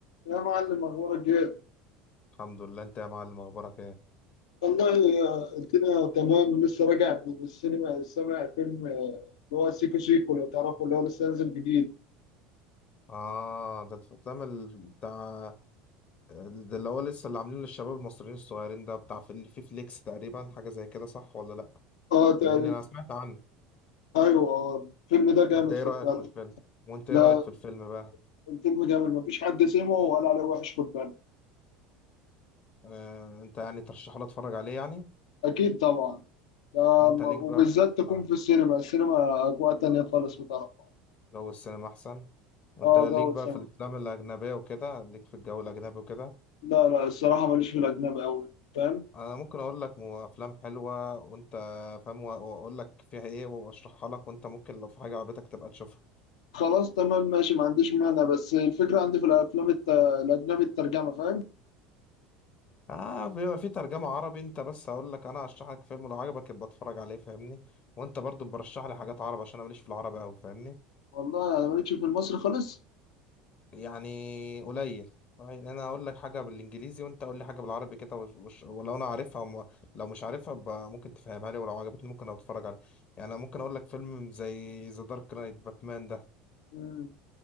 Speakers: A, on the left; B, on the left.
A: يا معلم اخبارك ايه؟
B: الحمد لله انت يا معلم اخبارك ايه
A: والله آه، الدنيا تمام لسه راجع من السينما سامع فيلم آه، اللي هو سيكو سيكو لو تعرفه اللي هو لسه نازل جديد
B: اه ده الافلام ال- بتاع ده اللي هو لسه اللي عاملينه للشباب المصريين الصغيرين ده بتاع في في فليكس تقريبا حاجه زي كده صح ولا لا
A: اه تقريبا
B: كلميني انا سمعت عنه
A: ايوه اه الفيلم ده جامد
B: وانت ايه
A: خد
B: رايك
A: بالك
B: في الفيلم وانت ايه
A: لا
B: رايك في الفيلم بقى
A: الفيلم جامد مفيش حد سمعه وقال عليه وحش خد بالك
B: آه انت يعني ترشحه لي اتفرج عليه يعني
A: اكيد طبعا ده
B: وانت
A: م-
B: ليك
A: وبالذات
B: بقى في...
A: تكون
B: اه
A: في السينما السينما اجواء تانية خالص بتعرفها
B: جو السينما احسن وانت
A: اه
B: ليك
A: جو
B: بقى
A: السينما
B: في الافلام الاجنبيه وكده ليك في الجو الاجنبي وكده
A: لا لا الصراحة ماليش في الأجنبي أوي فاهم
B: انا ممكن اقول لك مو- افلام حلوه وانت فاهم وأ- واقول لك فيها ايه واشرحها لك وانت ممكن لو في حاجه عجبتك تبقى تشوفها
A: خلاص تمام ماشي ما عنديش مانع بس الفكرة عندي في الأفلام الت... الأجنبي الترجمة فاهم
B: اه بيبقى في ترجمه عربي انت بس هقول لك انا هشرح لك فيلم لو عجبك يبقى اتفرج عليه فاهمني وانت برضو برشح لي حاجات عربي عشان انا ماليش في العربي قوي فاهمني
A: والله أنا مالكش في المصري خالص
B: يعني قليل يعني انا اقول لك حاجه بالانجليزي وانت قول لي حاجه بالعربي كده وش وش- ولو انا عارفها وم... لو مش عارفها يبقى ممكن تفهمها لي ولو عجبتني ممكن اتفرج عليه يعني انا ممكن اقول لك فيلم زي ذا دارك نايت باتمان ده
A: مم.